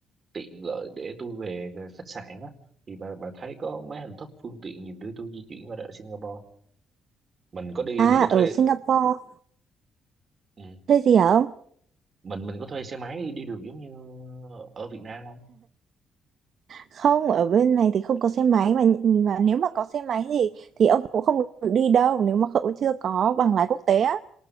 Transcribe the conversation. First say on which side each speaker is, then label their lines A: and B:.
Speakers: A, on the right; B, on the right.
A: tiện lợi để tôi về khách sạn á thì bà bà thấy có mấy hình thức phương tiện gì để tôi di chuyển qua đó ở Singapore mình có đi
B: à
A: mình có thuê
B: ở Singapore
A: ừ.
B: thuê gì hả ông
A: mình mình có thuê xe máy đi được giống như ở Việt Nam không
B: không ở bên này thì không có xe máy mà, mà nếu mà có xe máy thì thì ông cũng không được đi đâu nếu mà cậu chưa có bằng lái quốc tế á